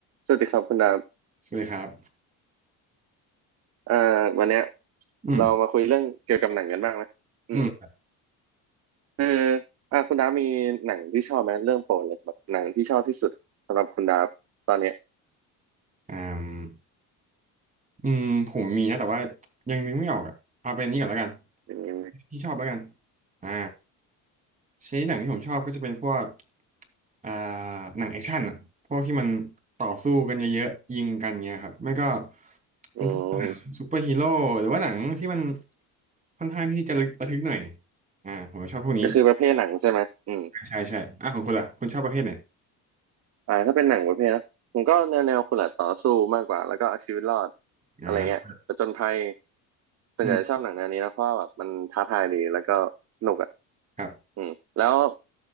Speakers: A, on the right; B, on the right.
A: สวัสดีครับคุณดาบ
B: สวัสดีครับ
A: เอ่อวันเนี้ย
B: อืม
A: เรามาคุยเรื่องเกี่ยวกับหนังกันบ้างไหมอืม
B: อืม
A: คืออ่าคุณดาบมีหนังที่ชอบไหมเรื่องโปรดเลยแบบหนังที่ชอบที่สุดสำหรับคุณดาบตอนเนี้ย
B: อ่าอืมผมมีนะแต่ว่ายังนึกไม่ออกอ่ะเอาเป็นนี้ก่อนแล้วกัน
A: อืม
B: ที่ชอบแล้วกันอ่าชนิดหนังที่ผมชอบก็จะเป็นพวกอ่าหนังแอคชั่นอ่ะพวกที่มันต่อสู้กันเยอะๆยิงกันเงี้ยครับไม่ก็เป็นพวก
A: อืม
B: ซูเปอร์ฮีโร่หรือว่าหนังที่มันค่อนข้างที่จะระทึกหน่อยอ่าผมชอบพวกนี้
A: ก็คือประเภทหนังใช่ไหมอืม
B: ใช่ใช่อ่ะของคุณล่ะคุณชอบประเภทไหน
A: อ่าถ้าเป็นหนังประเภทนะผมก็แนวแนวคุณละต่อสู้มากกว่าแล้วก็เอาชีวิตรอด
B: อ่า
A: อะไรเงี้ยผจญภัยส่วนใหญ่ชอบหนังแนวนี้นะเพราะว่าแบบมันท้าทายดีแล้วก็สนุกอ่ะ
B: อืมครับ
A: อืมแล้ว